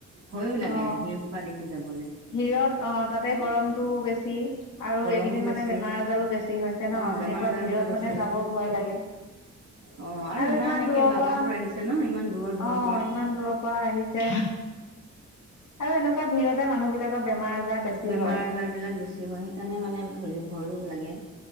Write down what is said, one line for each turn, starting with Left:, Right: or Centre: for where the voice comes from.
Right: ভয়ো লাগে
Left: অ',
Right: ভিৰ খোপা দেখি যাবলৈ।
Left: ভিৰত অ তাতে গৰমতটো বেছি আৰু
Right: গৰমো
Left: এইকেইদিন
Right: বেছি
Left: মানে বেমাৰ আজাৰো বেছি হৈছে ন
Right: অ' বেমাৰ
Left: এনেকুৱা
Right: আজাৰবোৰ
Left: ভিৰত
Right: বেছি।
Left: মানে যাব ভয় লাগে
Right: অ'
Left: আৰু ইমান
Right: একে
Left: দূৰৰ
Right: বাবাবোৰ
Left: পৰা
Right: আহিছে ন ইমান দূৰৰ দূৰৰ
Left: আহ
Right: পৰা।
Left: ইমান দূৰৰ পৰা আহিছে আৰু এনেকুৱা ভিৰতে মানুহ বিলাকৰ বেমাৰ আজাৰ বেছি
Right: বেমাৰ
Left: হয়।
Right: আজাৰ বিলাক বেছি হয় সেইকাৰণে মানে হেৰি ভয়ো লাগে